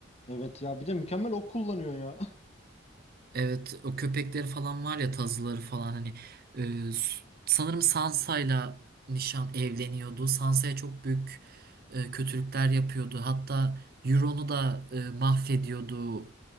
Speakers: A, on the left; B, on the right.
A: Evet ya bir de mükemmel ok kullanıyor ya. <laughs>
B: Evet o köpekleri falan var ya tazıları falan hani e, s- sanırım Sansa'yla nişan evleniyordu. Sansa'ya çok büyük e, kötülükler yapıyordu. Hatta Euron'u da e, mahvediyordu.